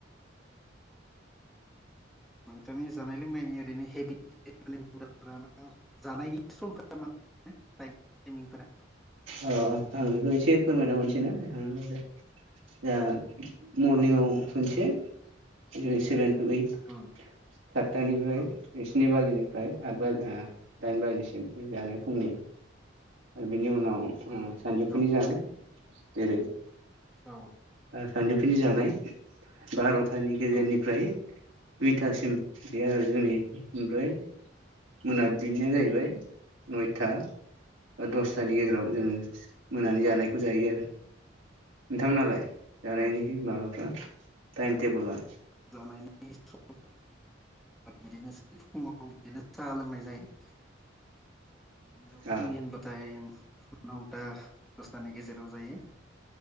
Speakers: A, in the centre; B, on the right.
A: नोंथांनि जानाय लोंनायनि ओरैनो हेबिटा <unintelligible> जानायनि समफोरा मा टाइमिंफोरा
B: अ आं बेखौ एसे फोरमायना हरनोसैना <unintelligible> मरनिंआव
A: औ
B: खनसे जेरै सेभेन। दुय सातथानिफ्राय
A: उम उम
B: स्नि बाजिनि फ्राय आ आत बाजि ओ दाइन बाजिसिम बे जानाय फुंनि बिनि उनाव उम सानजौफुनि
A: औ
B: जानाय जेरै
A: औ
B: सानजौफुनि जानाय बार'थानि गेजेरनिफ्राय
A: औ
B: दुइथासिम बे आरो जोंनि ओमफ्राय मोनाबिलिनिया जाहैबाय नयथा बा दस थानि गेजेराव जोङो मोनानि जानायखौ
A: औ
B: जायो आरो नोंथांनालाय। जानायनि
A: औ
B: माबाफ्रा टाइम टेबोला।
A: जानायनि सम बिदिनोसै फुङाव बिदिनो साहा लोंनाय जायो। बिनि उनाव
B: औ
A: फुंनि होनबाथाइ नौथा दसथानि गेजेराव जायो।